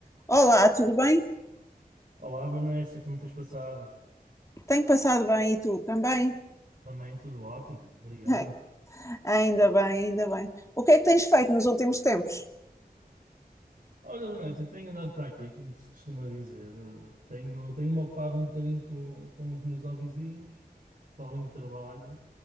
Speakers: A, on the left; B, on the right.
A: Olá, tudo bem?
B: Olá, Vanessa, como tens passado?
A: Tenho passado bem e tu também?
B: Também tudo ótimo, obrigado.
A: <laughs> Ainda bem, ainda bem. O que é que tens feito nos últimos tempos?
B: Olha, Vanessa, tenho andado para aqui, como se costuma dizer. eh, Tenho, tenho-me ocupado um bocadinho com, com os meus hobbyzinhos, para além do trabalho,